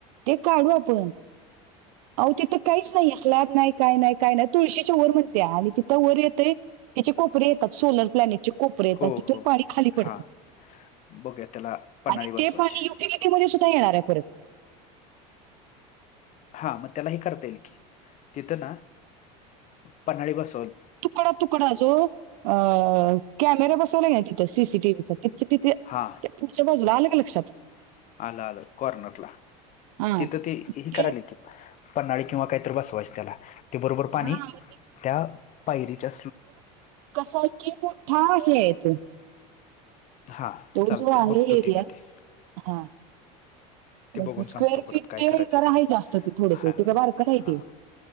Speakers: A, on the right; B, on the left.
A: ते काढू आपण आहो तिथं काहीच ना स्लॅब नाही, काय नाही काय नाही तुळशीच्या वर म्हणत्या आणि तिथं वर येतय तेची कोपरी येतात, सोलर प्लॅनेटचे कोपरे येतात,
B: हो, हो.
A: तिथून पाणी खाली
B: हां.
A: पडतं
B: बघूया त्याला पन्हाळी
A: आणि
B: बसवायची.
A: ते तिला ती <unintelligible> सुद्धा येणार आहे परत.
B: हा मग त्याला हे करता येईल, की तिथं ना पन्हाळी बस
A: तुकडा तुकडा जो अ कॅमेरा बसवला ना तिथं सी सी टी व्ही चा त्याच्या तिथे
B: हां,
A: पुढच्या बाजूला आलं का लक्षांत.
B: आलं आलं कॉर्नरला
A: हा
B: तिथं ते ह करायल
A: ते
B: की, पन्हाळी किंवा काहीतरी बसवायच त्याला ते बरोबर पाणी
A: हा मग ते
B: त्या पायरीच्या
A: कस आहे कि मोठा हे आहे तो
B: हा
A: तो
B: चालतयं
A: जो आहे
B: बघतो
A: एरिया
B: ते मी ते
A: हा.
B: ते
A: त्याचं
B: बघून
A: स्क्वेअर
B: सांगतो
A: फीट
B: परत काय
A: ते
B: करायचंय
A: जरा
B: त्याला.
A: आहे जास्त ते थोडेस
B: हां,
A: ते काय बारकं नाही
B: हां.
A: ते.